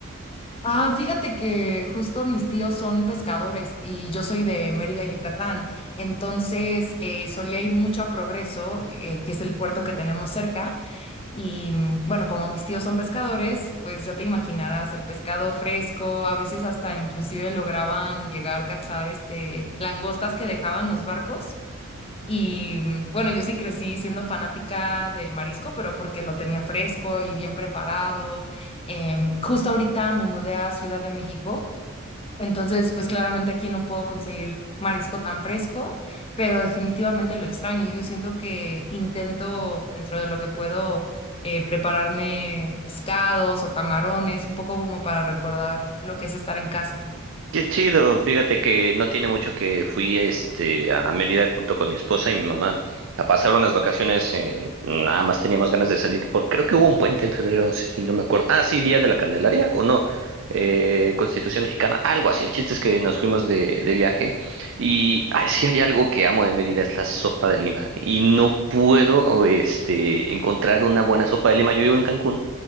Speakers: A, on the left (about 25°); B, on the right (about 60°).
A: Ah, fíjate que justo mis tíos son pescadores y yo soy de Mérida, Yucatán. Entonces, eh, solía ir mucho a Progreso, eh, que es el puerto que tenemos cerca. Y mm, bueno, como mis tíos son pescadores, pues ya te imaginarás el pescado fresco, a veces hasta inclusive lograban llegar a cazar este langostas que dejaban los barcos. Y mm, bueno, yo sí crecí siendo fanática del marisco, pero porque lo tenía fresco y bien preparado. Em, justo ahorita me mudé a Ciudad de México, entonces pues claramente aquí no puedo conseguir marisco tan fresco, pero definitivamente lo extraño y yo siento que intento dentro de lo que puedo eh, prepararme pescados o camarones, un poco como para recordar lo que es estar en casa.
B: Qué chido, fíjate que no tiene mucho que fui este a Mérida junto con mi esposa y mi mamá a pasar unas vacaciones, eh, nada más teníamos ganas de salir, porque creo que hubo un puente en febrero, y no me acuerdo. Ah, sí, Día de la Candelaria o no, eh, Constitución Mexicana, algo así. El chiste es que nos fuimos de, de viaje y ay, sí hay algo que amo de Mérida, es la sopa de lima. Y no puedo este encontrar una buena sopa de lima. Yo vivo en Cancún.